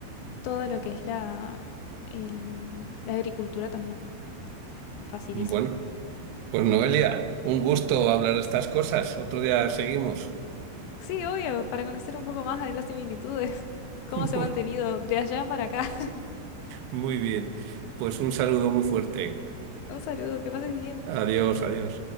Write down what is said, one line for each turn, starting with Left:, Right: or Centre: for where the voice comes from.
Left: todo lo que es la, el- la agricultura también, facilísimo.
Right: Bueno, pues Noelia, un gusto hablar de estas cosas. Otro día seguimos.
Left: Sí, obvio, para conocer un poco más de las similitudes, cómo
Right: <laughs>
Left: se ha mantenido de allá para acá. <laughs>
Right: Muy bien, pues un saludo muy fuerte.
Left: Un saludo, que pases bien.
Right: Adiós, adiós.